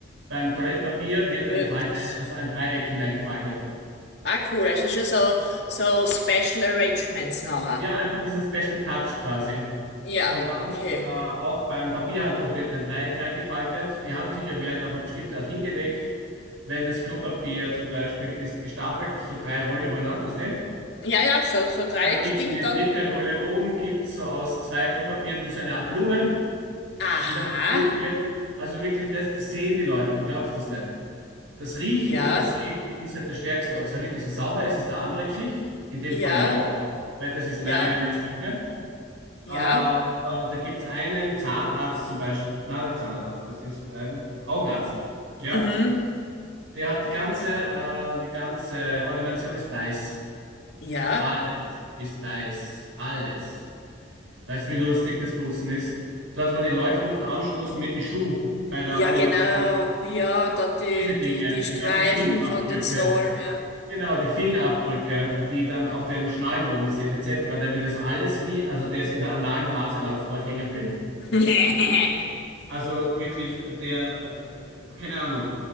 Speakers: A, on the right; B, on the left.
A: beim Toilettpapier wird
B: Äh,
A: eine Falte,
B: das,
A: also ein Dreieck hineingefaltet.
B: ah cool, also schon so, so Special Arrangements nachher.
A: Ja, einfach dieser Special Touch quasi.
B: Ja,
A: Und auch,
B: okay.
A: äh, auch beim Papierhandtuch wird ein Dreieck reingefaltet. Die Handtücher werden auf eine bestimmte Art hingelegt. Wenn das Klopapier zum Beispiel ist gestapelt, so drei Rollen übereinander, weißt du?
B: Ja, ja, so, so Dreieckding
A: Dann gibt es die
B: dann.
A: dritte Rolle oben, gibt es so aus zwei Klopapieren so eine Art Blume,
B: Aha,
A: die dann besprüht wird. Also wirklich das, das sehen die Leute, du glaubst das nicht. Das Riechen
B: ja,
A: und das Sehen ist halt das Stärkste. Ob es da wirklich so sauber ist, ist eine andere Geschichte. In dem Fall
B: ja,
A: ja, weil das ist
B: ja,
A: meine, meine Sache.
B: ja,
A: Äh, äh, da gibt es einen Zahnarzt zum Beispiel, nein, nicht Zahnarzt, das ist ein Augenarzt. Ja?
B: mhm,
A: Der hat die ganze, äh, die ganze Ordination ist weiß.
B: ja.
A: Alles ist weiß. Alles. Weißt du, wie lustig das Putzen ist? Dort, wo die Leute unten anstoßen mit die Schuh bei der
B: Ja,
A: Ordination.
B: genau. Ja, und dann die,
A: Diese Dinge,
B: die, die
A: die
B: Streifen
A: ganzen Fingerabdrücke.
B: von den Sohlen, ja.
A: Genau, die Fingerabdrücke, die dann auf den Schnallen oben sind, etc. Der wird das alles wie, also der ist in der analen Phase laut Freud hängen geblieben.
B: <laughs>
A: Also wirklich, äh, der, äh, keine Ahnung.